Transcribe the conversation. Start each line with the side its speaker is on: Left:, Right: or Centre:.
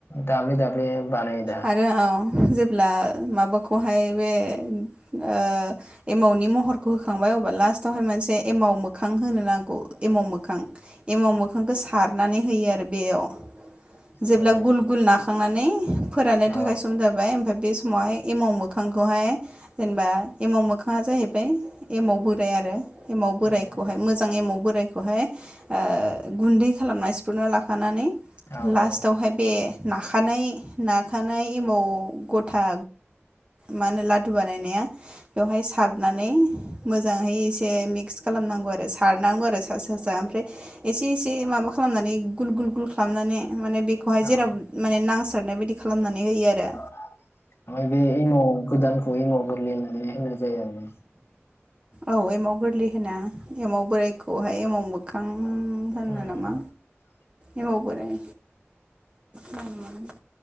Left: दाब्ले दाब्ले बानायो दा?
Right: आरो औ जेब्ला माबाखौहाय बे ओ एमावनि महरखौ होखांबाय अब्ला लास्टावहाय मानसे एमाव मोखां होनो नांगौ एमाव मोख खां एमाव मोख मोखांखो सारनानै होयो आरो बेयाव जेब्ला
Left: उम
Right: गुल गुल नाखांनानै फोरानो थाखाय
Left: औ
Right: सम जाबाय ओमफाय बे सम समावहाय एमाव मोखांखौहाय जेनबा एमाव मोखाङा जाहैबाय एमाव बोराय आरो। एमाव बोराइखौहाय
Left: उम
Right: मोजां एमाव बोराइखौहाय ओ गुन्दै खालामना सिफ्रुना लाखानानै
Left: औ उम
Right: लास्टावहाय बे नाखानाय नाखानाय एमाव गथा मा होनो लादु बानायनाया? बेवहाय सारनानै मोजाङै एसे मिक क्स खालामनांगौ आरो सारनांगौ सा सा सा मफ्राय एसे एसे माबा खालामनानै गुल गुल गुल खालामनानै माने बेखौहाय जेराव
Left: औ
Right: माने नांस सारनाय बायदि खालामनानै होयो आरो।
Left: ओमफ्राय बे एमाव गोदानखौ एमाव गोरलै <unintelligible> माने होनाय जायो ओरोना?
Right: औ एमाव गोरलै होना एमाव बोराइखौहाय एमाव मोखां
Left: <unintelligible>
Right: होनो नामा एमाव बोराय <inaudible>